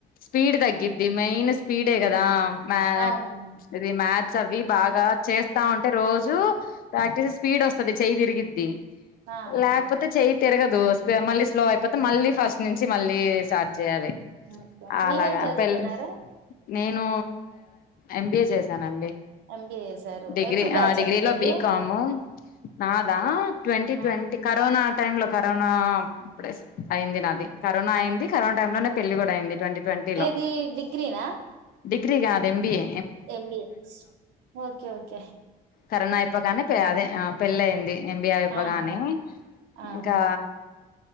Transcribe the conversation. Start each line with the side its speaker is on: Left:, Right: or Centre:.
Left: స్పీడ్ తగ్గింది
Right: హుహు
Left: మెయిన్ స్పి స్పీడ్ ఏ కదా మా
Right: అవునవును
Left: ఇది మాది సవి బాగా చేస్తా ఉంటే రోజు ప్రాక్టీస్ స్పీడ్ వస్తది చెయి తిరిగిద్ది
Right: ఆ!
Left: లేకపోతే
Right: ఆ!
Left: చేయి. తిరగదు స్పి మళ్ళీ స్లో అయిపోతే మళ్ళీ ఫస్ట్ నుంచి మళ్ళీ స్టార్ట్ చేయాలి
Right: ఓకే
Left: అలాగా
Right: మీరేం చదువుకున్నారు
Left: పెళ్ నేను ఎంబిఏ చేశానండి.
Right: ఎంబీఏ చేశారు.
Left: డిగ్రీ
Right: ఎప్పుడు బ్యాచ్
Left: ఆ డిగ్రీలో
Right: అండి మీది?
Left: బీకాము నాదా ట్వంటీ
Right: ఆ!
Left: ట్వంటీ కరోనా టైమ్ లో కరోనా ప్పుడే అయింది నాది కరోనా అయింది. కరోనా టైం లోనే పెళ్లి కూడా అయింది. ట్వంటీ ట్వంటీ లో
Right: ఏది డిగ్రీనా ఆ
Left: డిగ్రీ కాదు ఎంబిఏ
Right: ఎంబిఎ స్ ఓకే ఓకే
Left: కరోనా అయిపోగానే పే అదే పెళ్లయింది ఎంబిఎ ఐపోగానే
Right: ఆ! ఆ! ఆ!
Left: ఇంకా
Right: ఆ!